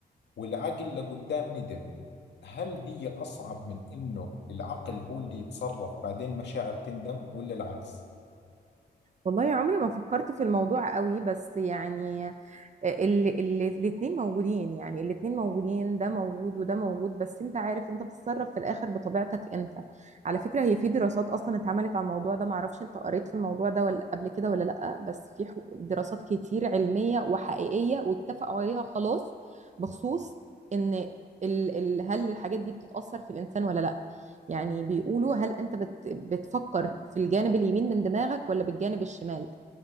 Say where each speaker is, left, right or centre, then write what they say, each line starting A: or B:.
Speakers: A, on the left; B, on the right.
A: والعقل لقدام ندم هل هي اصعب من انه العقل هو اللي يتصرف بعدين مشاعر تندم ولا العكس
B: والله عمري ما فكرت في الموضوع قوي بس يعني الاثنين موجودين يعني الاثنين موجودين ده موجود وده موجود بس انت عارف انت بتتصرف في الاخر بطبيعتك انت على فكرة هي في دراسات اصلا اتعملت على الموضوع ده معرفش انت قريت في الموضوع ده ولا قبل كده ولا لا بس في حو- دراسات كتير علمية وحقيقية واتفقوا عليها خلاص بخصوص ان ال ال هل الحاجات دي بتتأثر في الانسان ولا لا يعني بيقولوا هل انت بت بتفكر في الجانب اليمين من دماغك ولا بالجانب الشمال